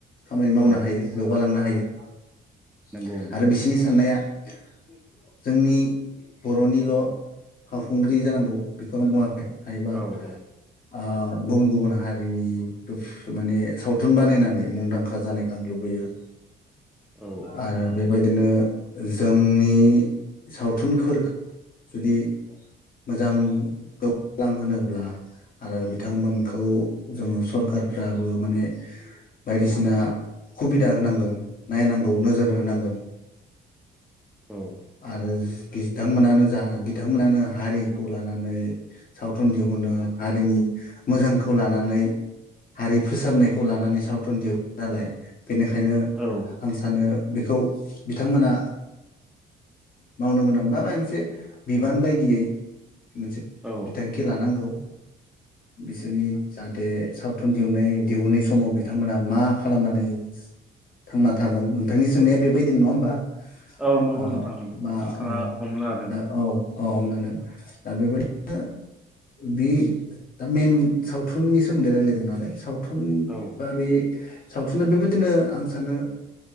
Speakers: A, on the left; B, in the centre.
A: खामानि मावनो
B: ओ
A: हायो जौगालांनो हायो। <unintelligible>
B: नंगौ
A: आरो बिसिनि साननाया <unintelligible> जोंनि बर'निल' फावखुंग्रि जानांगौ बेखौ आं बुङाखै हायोबा
B: औ औ
A: ओ गुबुन गुबुन हारिनि बोफ माने सावथुन बानायनानै मुंदांखा जानायखो आं लुबैयो।
B: औ
A: आरो
B: नंगौ
A: बेबायदिनो जोंनि सावथुन खोरखो जुदि मोजां गेवालां होनोब्ला आरो बिथांमोनखौ जोङो सरखारफ्राबो माने बायदिसिना खुबिदा होनांगोन नायनांगौ नोजोर होनांगोन।
B: औ
A: आरो जज बिथांमोनानो जा बिथांमोनानो हारिखौ लानानै सावथुन दिहुनो हारिनि मोजांखौ लानानै हारि फोसाबनायखौ लानानै सावथुन दिहुनो नालाय बेनिखायनो
B: औ
A: आं सानो बेखौ बिथांमोना मावनो गोनां बा मा मोनसे बिबान बायदियै मोनसे
B: औ
A: बिथांखि लानांगौ बिसोरनि जान थे सावथुन दिहुननाय दिहुनै समाव बिथांमोनहा मा खालामनानै थांना थागोन नोंथांनि सोंनाया बेबायदि नङा होमबा??
B: औ नंगौ
A: ओ
B: नोंथां। नोंथाङा
A: बा औ
B: हमनो हादों।
A: दा औ औ हमनो हादों। दा बेबायदिनो बि दा मेइन सावथुननि सोमोन्दै रायलायदों नालाय साव थुन
B: औ
A: बा बे सावथुना बेबायदिनो आं सानो